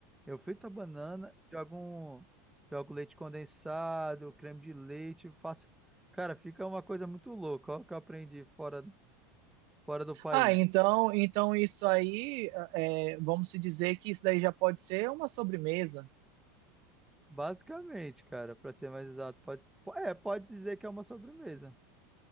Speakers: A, in the centre; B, on the right.
A: Eu frito a banana, jogo um, jogo leite condensado, creme de leite, faço. Cara, fica uma coisa muito louca, ó, o que eu aprendi fora, fora do país.
B: Ah, então, então isso aí, é, vamos se dizer que isso daí já pode ser uma sobremesa.
A: Basicamente, cara, pra ser mais exato, pode, po- é, pode dizer que é uma sobremesa.